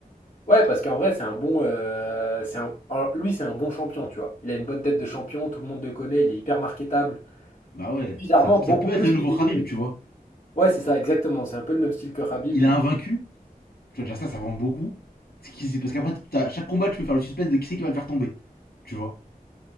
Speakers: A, on the left (about 55°); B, on the left (about 85°).
A: Ouais, parce qu'en vrai, c'est un bon. euh, c'est un- alors, lui, c'est un bon champion, tu vois. Il a une bonne tête de champion, tout le monde le connaît, il est hyper marketable.
B: Bah ouais,
A: Bizarrement,
B: ça,
A: beaucoup
B: ça peut
A: plus
B: être le
A: que
B: nouveau
A: DDP.
B: Khabib, tu vois.
A: Ouais, c'est ça, exactement. C'est un peu le même style que Khabib.
B: Il
A: donc-
B: est invaincu. Tu vois, déjà ça, ça vend beaucoup. Parce qu'après, t'as- chaque combat, tu peux faire le suspense de qui c'est qui va le faire tomber, tu vois.